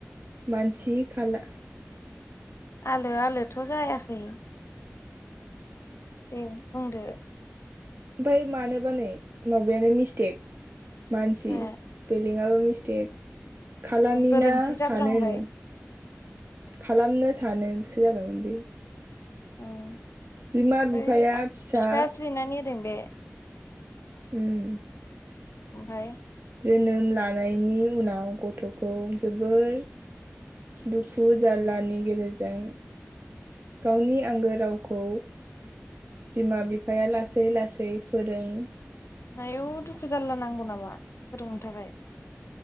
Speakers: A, on the right (about 50°); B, on the left (about 65°).
A: मानसि खाला
B: आलो आलोथ' जायाखै दे बुंदो
A: ओमफ्राय मानोबा नै माबायानो मिस्टेक मानसि
B: माया
A: सिफिलिंयाबो मिस्टेक खालामिना
B: उम गोरोन्थि जाफ्लांबाय
A: सानो नो खालामनो सानो बेसो जागौमोन बे
B: उम
A: बिमा बिफाया
B: ओइ
A: फिसा
B: बिफाया स्लिनानै होदों बे
A: ओम
B: ओमफ्राय?
A: जोनोम लानायनि उनाव गथ खौ जोबोर दुखु जार्लानि गेजेरजों गावनि आंगो रावखौ बिमा बिफाया लासै लासै फोरों
B: नायाव दुखु जारला नांगौ नामा फोरोंनो थाखाय